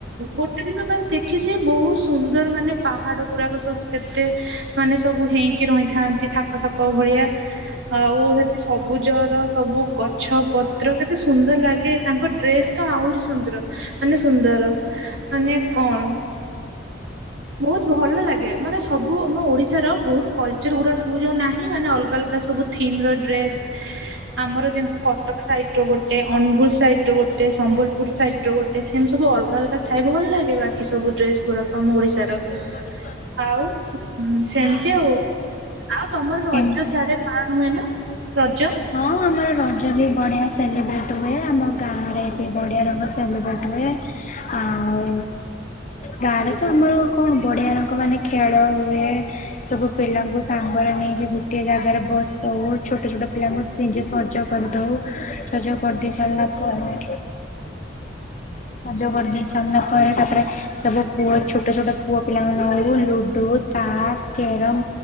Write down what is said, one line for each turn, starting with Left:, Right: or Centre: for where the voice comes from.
Right: ଗୋଟେ ଦିନ ବାସ ଦେଖିଛି, ବହୁତ ସୁନ୍ଦର ମାନେ ପାହାଡ଼ ଗୁରାକ ସବୁ। କେତେ ମାନେ ସବୁ ହେଇଁକି ରହିଥାନ୍ତି, ଥାକ ଥାକ ଭଳିଆ। ଆଉ ସେଠି ସବୁଜର ସବୁ ଗଛପତ୍ର କେତେ ସୁନ୍ଦର ଲାଗେ, ତାଙ୍କ ଡ୍ରେସ୍ ତ ଆହୁରି ସୁନ୍ଦର, ମାନେ ସୁନ୍ଦର ମାନେ କଣ? ବହୁତ ଭଲ ଲାଗେ, ମାନେ ସବୁ ଆମ ଓଡ଼ିଶାର ବହୁତ କଲଚର୍ ଗୁଡ଼ାକ ସବୁ ଯୋଉ ନାହିଁ, ମାନେ ଅ ଅଲଗା ସବୁ ଥିମ୍ ର ଡ୍ରେସ। ଆମର ଯେମିତି କଟକ ସାଇଟ୍ ର ଗୋଟେ, ଅନୁଗୁଳ ସାଇଟ୍ ର ଗୋଟେ, ସମ୍ବଲପୁର ସାଇଟ୍ ର ଗୋଟେ, ସେମିତି ସବୁ ଅଲଗା ଅଲଗା ଥାଇ ଭଲ ଲାଗେ, ବାକି ସବୁ ଡ୍ରେସ ଗୁଡ଼ାକ ଆମ ଓଡିଶାର।
Left: <unintelligible>
Right: ଆଉ ସେମିତି ଆଉ, ଆଉ ତମର
Left: ସେମ
Right: ରଜ ସିଆଡେ ପାଳନ ହୁଏ ନା ରଜ?
Left: ହଁ ଆମର ରଜରେ ବଢିଆ ସେଲିବ୍ରେଟ୍ ହୁଏ, ଆମ ଗାଁ ରେ ବଢ଼ିଆ ରଙ୍ଗ ସେଲିବ୍ରେଟ୍ ହୁଏ, ଆଉ ଗାଁ ରେ ତ ଆମର କଣ ବଢିଆ ରଙ୍ଗ ମାନେ ଖେଳ ହୁଏ ସବୁ ପିଲାଙ୍କୁ ସାଙ୍ଗରେ ନେଇକି ଗୁଟିଏ ଜାଗାରେ ବସୁ ଛୋଟ ଛୋଟ ପିଲାଙ୍କୁ ନିଜେ ସଜ କରିଦଉ ସଜ କରିଦେଇ ସାରିଲା ପରେ ଯ କରିଦ ସନ <unintelligible> ପରେ ତାପରେ ସବୁ ପୁଅ ଛୋଟ ଛୋଟ ପୁଅ ପିଲାଙ୍କୁ ନୋଉ ଲୁଡୁ, ତାସ୍ କ୍ଯରାମ୍